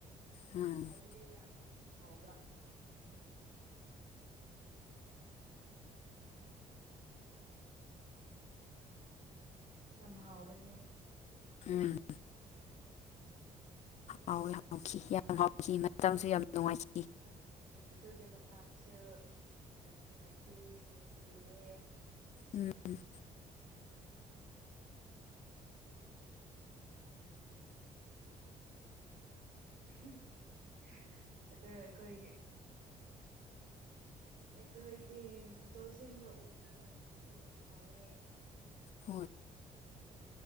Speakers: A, on the left (about 55°); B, on the right (about 80°).
A: ꯎꯝ
B: ꯍꯥꯎꯕꯗꯤ ꯌꯥꯝ ꯍꯥꯎꯕ ꯌꯥꯝ ꯍꯥꯎꯕꯅꯦ
A: ꯎꯝ ꯍꯥꯎꯑꯦ ꯍꯥꯎꯈꯤ ꯌꯥꯝ ꯍꯥꯎꯈꯤ ꯃꯇꯝꯁꯨ ꯌꯥꯝ ꯅꯨꯡꯉꯥꯏꯈꯤ
B: ꯑꯗꯨꯒꯤ ꯃꯇꯥꯝꯁꯨ ꯌꯥꯝ ꯅꯨꯡꯉꯥꯏꯈꯤ ꯅꯨꯡꯁꯤꯌꯦ
A: ꯎꯝ
B: ꯑꯍꯝ ꯑꯍꯥ ꯑꯗꯣ ꯑꯩꯈꯣꯏꯒꯤ ꯑꯩꯈꯣꯏꯒꯤ ꯐꯣꯇꯣꯁꯤꯡꯗꯣ ꯎꯔꯒ ꯅꯨꯡꯁꯤꯕ ꯐꯥꯎꯋꯦ
A: ꯍꯣꯏ